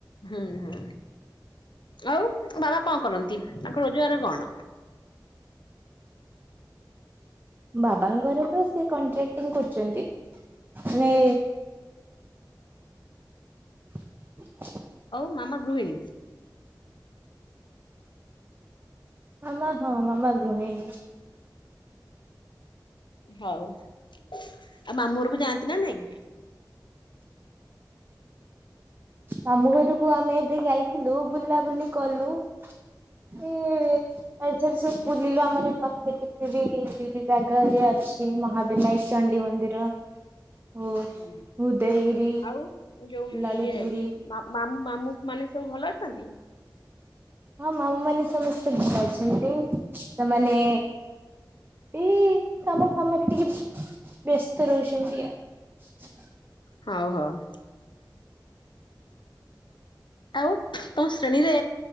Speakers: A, on the left; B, on the right.
A: ହୁଁ ହୁଁ ଆଉ ବାବା କଣ କରନ୍ତି ତାଙ୍କ ରୋଜଗାର କଣ?
B: ବାବାଙ୍କର ତ ସେ କଣ୍ଟ୍ରାକ୍ଟିଂ କରୁଛନ୍ତି ମାନେ <inaudible>
A: ହଉ ମାମା ଗୃହିଣୀ?
B: ମାମା ହଁ ମାମା ଗୃଇଙ୍ଗ।
A: ହଉ ଆଉ ମାମୁଁ ଘରକୁ ଯାଆନ୍ତି ନା ନାଇଁ?
B: ମାମୁଁ ଘରକୁ ଆମେ ଏବେ ଯାଇଥିଲୁ ବୁଲାବୁଲି କଲୁ। ହୁଁ ଆଉ ସିଆଡେ ସବୁ ବୁଲିଲୁ ଆମର ଏ ପାଖରେ କେତେ ବି ଜାଗା ହେରିଆ ଅଛି ମହା ବିନାଇଚଣ୍ଡୀ ମନ୍ଦିର ଓ
A: ହୁଁ
B: ଉଦୟଗିରି।
A: ଆଉ ଯୋଉ
B: ଲଳିତଗିରି
A: ଇଏ ମା ମାମୁଁ ମାନେ ସବୁ ଭଲ ଅଛନ୍ତି?
B: ହଁ ମାମୁ ମାନେ ସମସ୍ତେ ଭଲ ଅଛନ୍ତି ସେମାନେ। ଏଇ କାମ ଫାମରେ ଟିକେ ବ୍ୟସ୍ତ ରହୁଛନ୍ତି ଆଉ।
A: ହଉ ହଉ। ଆଉ ତମ ଶ୍ରେଣୀରେ